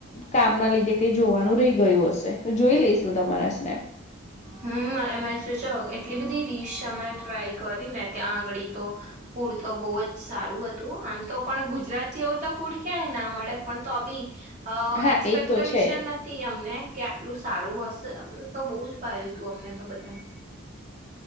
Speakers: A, on the left; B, on the right.
A: કામ ના લીધે કઈ જોવાનું રહી ગયું હશે તો જોઈ લઈશું તમારા સ્નનેપ
B: હમ એમાં જોજો એટલી બધી ડીશ અમે ટ્રાય કરીને ત્યાં આગળી તો ફૂડ તો બહુ જ સારું હતું આમ તો પણ ગુજરાતીવ તો ફૂડ ક્યાંય ના મળે પણ તો બી અ
A: હા
B: એક્સપેક્ટેશન
A: એ તો છે
B: નથી તી અમને કે આટલું સારું હશે. એમ તો બહુ જ ભાવ્યુંતું અમને તો બધાને